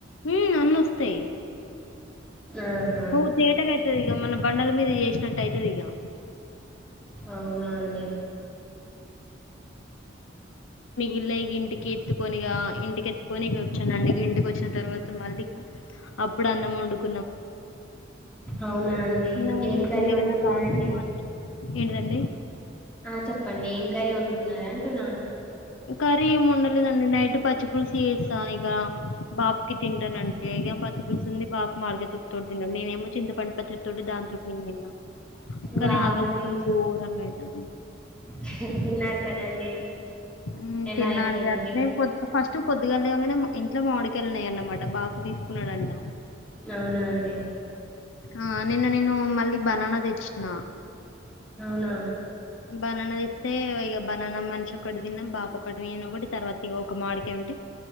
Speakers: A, on the left; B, in the centre.
A: హు అన్ని వస్తాయ్
B: ఆహా
A: హో తేటగయితదిగా ఇగ మనం బండల మీద చేసినట్టు అయితదిగా
B: అవునా అండి
A: ఇలాగ్ ఇంటికి ఎత్తుకొని ఇగా ఇంటికి ఎత్తుకొనిగా వచ్చానండి ఇంటికి వచ్చిన తర్వాత మళ్ళీక అప్పుడు అన్నం వండుకొని
B: అవునా అండి
A: అన్నం వండుకుని
B: ఏం కర్రీ
A: ఇక
B: వండుకున్నారండి.
A: నాకు ఆకలి మాత్రం ఏంటిదండి.
B: ఆ చెప్పండి ఏం కర్రీ వండుకున్నారా అంటున్నాను.
A: కర్రీ ఏం వండలేదండి నైట్ పచ్చి పులుసు చేసా ఇక బాప్కి తింటానంటే ఇక పచ్చిపులుసు ఉంది బాపు మాడికాయ తొక్కతో తింటాడు నేనేమో చింతపండు పచ్చడతో దానితోటి నేను తిన్నా కానీ
B: వావ్
A: ఆకలి
B: అండి.
A: మాత్రం ఘోరంగా అయిందండి.
B: ఆహ్ తిన్నారు కదండి.
A: హ్మ్
B: ఎలా
A: తిన్నాండి
B: అయితే ఏంటి
A: అట్ట్నె ఫస్ట్ పొద్దుగాలి లేవంగానే ఇంట్లో మామిడికాయలు ఉన్నాయన్నమాట బాపు తీసుకున్నాడు అంటా
B: అవునా అండి
A: ఆ నిన్న నేను మళ్ళీ బనానా తెచ్చిన
B: అవునా
A: బనానా తెస్తే ఇక బనానా మనిషికి ఒకటి తిన్నాం బాపు ఒకటి నేన్ ఒకటి తర్వాత ఇగొ ఒక మామిడికాయ్ ఉంటే